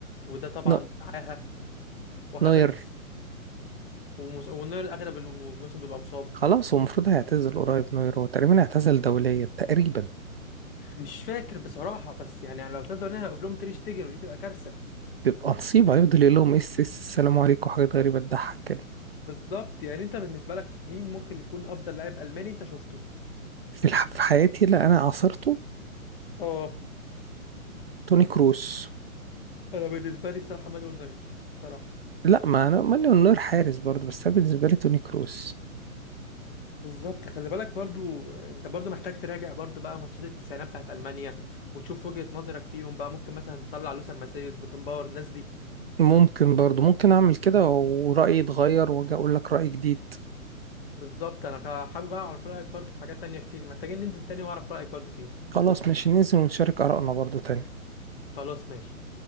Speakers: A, on the left; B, on the right.
A: وده طبعا
B: نو
A: عاهه وهافرتز
B: نوير
A: ومس... ونير اغلب الموسم بيبقى مصاب
B: خلاص هو المفروض هيعتزل قريب نوير هو تقريبا اعتزل دوليا تقريبا
A: <laughs> مش فاكر بصراحه بس يعني لو تقدر هنا اقف لهم تير شتيجن ودي تبقى كارثه
B: بيبقى نصيب هيفضل يقول لهم إيه، اس اس السلام عليكم وحاجات غريبة تضحك كده
A: بالظبط يعني انت بالنسبه لك مين ممكن يكون افضل لاعب الماني انت شفته
B: في الح... في حياتي لا انا عاصرته
A: اه
B: توني كروس
A: انا بالنسبه لي بصراحه مانويل نوير بصراحه
B: لا ما انا ماني النور حارس برضه بس أنا بالنسبة لي توني كروس
A: بالظبط خلي بالك برضو انت برضو محتاج تراجع برضو بقى ماتشات التسعينات بتاعت المانيا وتشوف وجهة نظرك فيهم بقى ممكن مثلا تطلع لوسر ماسيوس بيكنباور الناس دي
B: ممكن برضه ممكن اعمل كده ورأيي يتغير واجي اقول لك رأي جديد
A: بالظبط انا خ- حابب اعرف رايك برضو في حاجات تانية كتير محتاجين ننزل تاني واعرف رايك برضو فيها
B: خلاص ماشي ننزل ونشارك آرائنا برضه تاني
A: خلاص ماشي